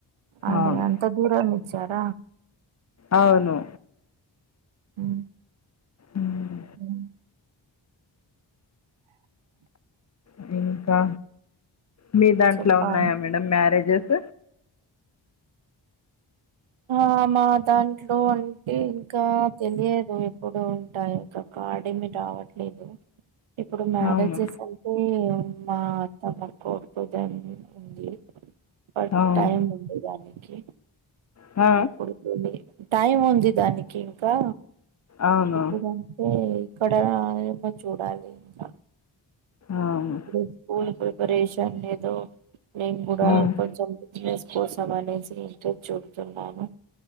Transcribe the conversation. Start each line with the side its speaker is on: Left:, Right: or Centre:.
Right: అదే
Left: అవును
Right: అంత దూరం ఇచ్చార?
Left: అవును
Right: మ్హు
Left: ఉమ్,
Right: మ్
Left: మ్ ఇంకా మీ దాంట్లో
Right: చెప్పాలి
Left: ఉన్నాయా మేడం మ్యారేజెస్?
Right: ఆ మా దాంట్లో అంటే ఇంకా తెలియదు ఎప్పుడు ఉంటాయి ఇంకా. కార్డ్ ఏమి రావట్లేదు. ఇప్పుడు మ్యారేజెస్
Left: అవును
Right: అన్ అంటే మా ఆత్మమ కొడుకుది ఉంది బట్
Left: అవును
Right: టైం ఉంది దానికి...
Left: ఆ...
Right: ఇప్పుడు టైం ఉంది దానికి ఇంకా,..
Left: అవును
Right: ఇప్పుడు.. అతే ఇక్కడ ఏమో చూడాలి ఇంకా...
Left: అవును
Right: ఇప్పుడు స్కూల్ ప్రిపరేషన్ లేదో నేను కూడా
Left: ఉమ్
Right: కొంచెం... బిజినెస్ కోసం అనేసి ఇంటె చుచున్నాను